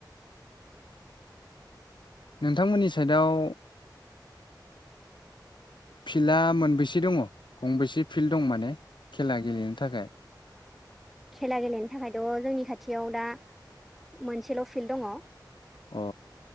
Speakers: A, on the left; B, in the centre.
A: नोंथांमोननि साइडआव फिल्डआ मोनबेसे दङ गंबेसे फिल्ड दं माने खेला गेलेनो थाखाय
B: खेला गेलेनो थाखायथ' जोंनि खाथियाव दा मोनसेल' फिल्ड दङ
A: औ